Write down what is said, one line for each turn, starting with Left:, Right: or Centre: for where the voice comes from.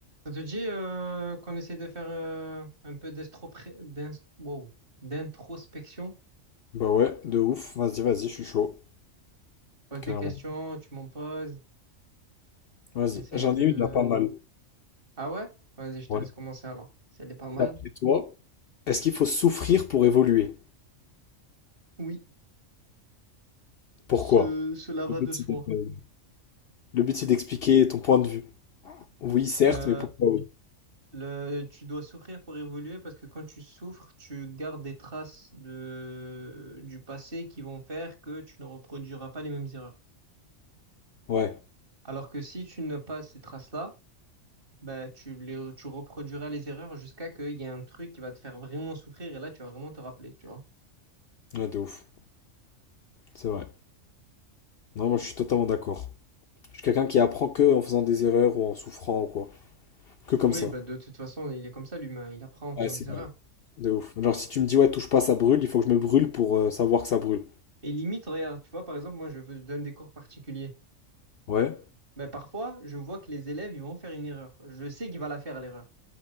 Right: Ça te dit euh, qu'on essaie de faire euh, un peu d'estropré- d'ins- wow, d'introspection?
Left: Bah ouais, de ouf. Vas-y, vas-y, je suis chaud.
Right: Je pose
Left: Carrément.
Right: des questions, tu m'en poses,
Left: Vas-y.
Right: on essaye
Left: J'en
Right: de...
Left: ai une là pas mal.
Right: Ah ouais? Vas-y, je
Left: Ouais.
Right: te laisse commencer alors. Si elle est pas mal.
Left: D'après toi, est-ce qu'il faut souffrir pour évoluer?
Right: Oui,
Left: Pourquoi?
Right: ce, cela va
Left: Le but,
Right: de soi.
Left: c'est d'être, euh, le but, c'est d'expliquer ton point de vue. Oui, certes,
Right: Euh,
Left: mais pourquoi oui?
Right: le, tu dois souffrir pour évoluer parce que quand tu souffres, tu gardes des traces de, du passé qui vont faire que tu ne reproduiras pas les mêmes erreurs.
Left: Ouais.
Right: Alors que si tu n'as pas ces traces-là, Bah, tu les, tu reproduiras les erreurs jusqu'à qu'il y ait un truc qui va te faire vraiment souffrir et là, tu vas vraiment te rappeler, tu vois.
Left: Ouais, de ouf. C'est vrai. Non, moi, je suis totalement d'accord. Je suis quelqu'un qui apprend que en faisant des erreurs ou en souffrant ou quoi. Que comme
Right: Oui,
Left: ça.
Right: bah, de toute façon, il est comme ça, l'humain. Il apprend en faisant
Left: Ouais, c'est
Right: des
Left: vrai.
Right: erreurs.
Left: De ouf. Genre, si tu me dis, ouais, touche pas, ça brûle, il faut que je me brûle pour euh, savoir que ça brûle.
Right: Et limite, regarde, tu vois, par exemple, moi, je veux- je donne des cours particuliers.
Left: Ouais.
Right: Bah, parfois, je vois que les élèves, ils vont faire une erreur. Je sais qu'il va la faire, l'erreur.